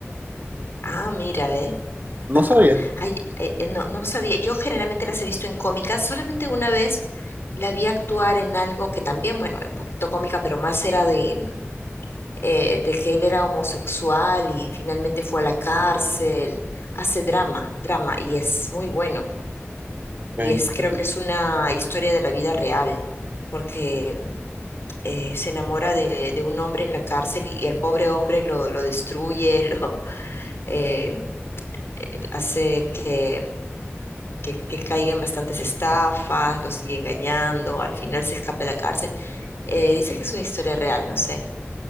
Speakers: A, on the left (about 60°); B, on the right (about 40°).
A: Ah, mira, ve.
B: ¿No
A: Ah,
B: sabías?
A: ay, eh, eh, no, no sabía. Yo generalmente las he visto en cómicas. Solamente una vez la vi actuar en algo que también, bueno, era un poquito cómica, pero más era de, mm, eh, de que él era homosexual y finalmente fue a la cárcel. Hace drama, drama, y es muy bueno. Y
B: Ok.
A: es, creo que es una historia de la vida real, porque mm, eh, se enamora de, de un hombre en la cárcel y, y al pobre hombre lo, lo destruye, <laughs> lo, em, eh, hace que, que, que caigan bastantes estafas, los sigue engañando, al final se escapa de la cárcel. Eh, dice que es una historia real, no sé.